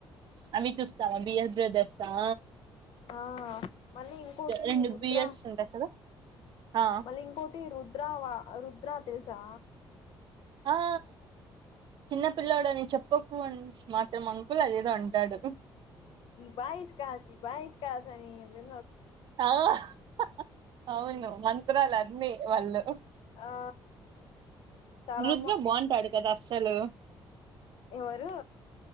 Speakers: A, on the right; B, on the left.
A: అమి చూస్తావా బియస్ బ్రదర్సా
B: ఆ మళ్ళీ ఇంకోటి
A: రెండు
B: రుద్ర
A: బియర్స్ ఉంటాయి కదా ఆ
B: మళ్ళీ ఇంకోటి రుద్రవా రుద ఆ తెలుసా
A: ఆ చిన్న పిల్లడుని చెప్పకు అ మాత్రం అంకుల్ అదేదో అంటాడు
B: ఈ బైష్ కాచ్చ ఈ బైస్ కాచ్చని వి
A: ఆ హ్ హహహహఅవును మంత్రాలు అన్నీ వాళ్ళు
B: ఆ చాలా
A: వృదు్ర బాఉంటాడు కదా అస్సలు
B: ఎవరూ